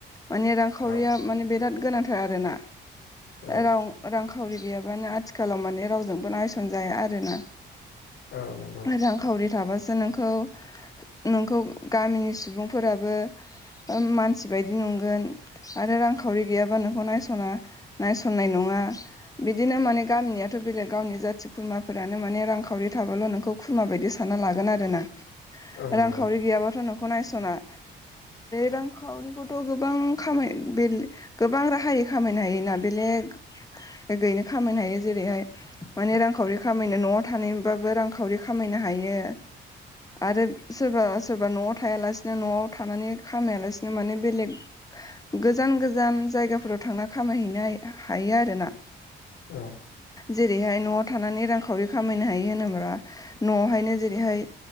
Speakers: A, on the left (about 15°); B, on the left (about 75°).
A: माने रांखावरिया
B: औ
A: माने बिराद गोनांथा र आरोना
B: औ
A: रां रांखावरि गैयाबानो आथिखालाव माने रावजोंबो नायस <unintelligible> जाया आरोना।
B: औ नंगौ।
A: रांखावरि थाबासो नोंखौ नोंखौ गामिनि सुबुंफोराबो मानसि बायदि नंगोन आरो रांखावरि गैयाबा नोंखौ नायस'ना नायसननाय नङा बिदिनो माने गामिनियाथ' बेलेग गावनि जाथिखौ खुरमाफोरानो माने रांखावरि थाबाल' नोंखौ खुरमा बायदि सानना लागोन आरो ना।
B: औ नंगौ
A: रांखावरि गैयाबाथ' नोंखौ नायस'ना रांखावरिखौथ' गोबां खामाय बे गोबां राहायै खामायनो हायोना बेलेग <unintelligible> खामायनो हायो जेरैहाय माने रां रांखावरि खामायनो न'आव थानायबाबो रांखावरि खामायनो हायो। आरो सोरबा सोरबा न'आव थायालासिनो न'आव थानानै खामायालासिनो माने बेलेग गोजान गोजान जायगाफोराव थांना खामायहैनो हायो आरोना।
B: औ।
A: जेरैहाय न'आव थानानै रांखावरि खामायनो हायो होनोब्ला न'आवहायनो जेरैहाय